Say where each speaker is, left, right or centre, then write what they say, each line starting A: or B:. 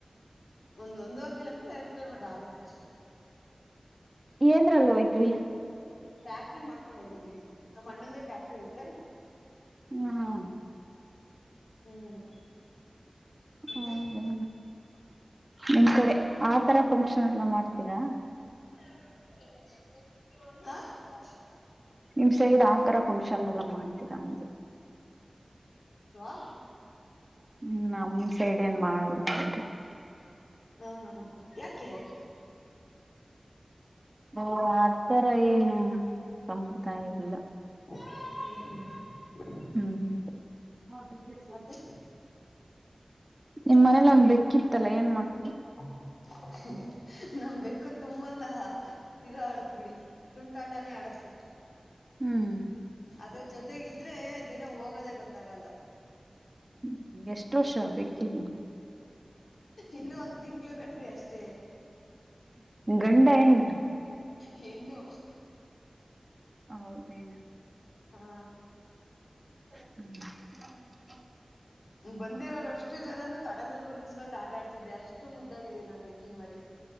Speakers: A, on the left (about 80°); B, on the right (about 30°).
A: ಒಂದ ಒಂದುವವರ್ ಕಿಲೋಮೀಟರ್ ಎರಡ್ ಕಿಲೋಮೀಟರ್ ಆಗುತ್ತೆ
B: ಏನದ್ರಾ ಲ್ ಹೋಯ್ತ್ರಿ
A: ಟ್ಯಾಕ್ಟ್ರ ಮಾಡ್ಕೊಂಡ್ ಹೋಗಿದ್ವಿ ನಮ್ಮ್ ಅಣ್ಣೊಂದೇ ಟ್ಯಾಕ್ಟ್ರಿ ಐತೆ
B: ಹ್ಮ್ ಹ್ಮ್
A: ಹ್ಮ್ ಮತ್ತೆ
B: ಹೌದೇ ನಿಮ ಕಡೆ ಆತರ ಫಂಕ್ಷನ್ ಎಲ್ಲ ಮಾಡ್ತೀರಾ
A: ಹ
B: ನಿಮ್ ಸೈಡ್ ಆತರ ಫಂಕ್ಷನ್ ಎಲ್ಲ ಮಾಡ್ತೀರಾ ಅಂದ
A: ಹ
B: ಹ್ಮ್ ನಮ ಸೈಡ್ ಏನ್ ಮಾಡಲ್ಲ ಅಂಗೇ
A: ಹಾ ಹಾ ಯಾಕೆ
B: ಹ ಆಥರ ಏನು ಸಂಪ್ರದಾಯವಲ್ಲ
A: ಹ್ಮ ಹ್ಮ
B: ಹ್ಮ್ ಹ್ಮ್
A: ಮತ್ತೆ
B: <unintelligible> ನಿಮ್ ಮನೇಲಿ ಒಂದ್ ಬೆಕ್ಕಿತ್ತಲ್ಲ ಏನ್ ಮಾಡ್ತ
A: <unintelligible> ನಮಬೇಕೇಕು ತುಂಬಾ ತಹ ಇದ ಆಡತ್ ಬಿಡಿ ತುಂಟಾಟಾನೇ ಆಡುತ್ತೆ
B: ಹ್ಮ್
A: ಅದ್ರ ಜೊತೆಗ ಇದ್ರೆ ದಿನ ಹೋಗೋದೇ ಗೊತ್ತಾಗಲ್ಲ
B: ಹ್ಮ ಎಷ್ಟ ವರ್ಷ ಬೇಕಿದ್ದಿ
A: ಇನ್ನು ಒಂದು ಮಾಡಿ ಅಷ್ಟೇ
B: ಗಂಡ ಹೆಣ್ಣ
A: ಹೆಣ್ಣು
B: ಹ ಹೌದೇ
A: ಹಾ
B: ಹ್ಮ್
A: ಬಂದಿರೋರು ಅಷ್ಟು ಜನನು ತಡ ಮೇಲ್ ಕುಡ್ರರ್ಸ್ಕೊಂಡ್ ಆಟ ಆಡ್ತಿದ್ದೆ ಅಷ್ಟು ಮುದ್ದಾಗಿದೆ ನಮ್ಗೆ ಬೇಕಿನ್ ಮರಿ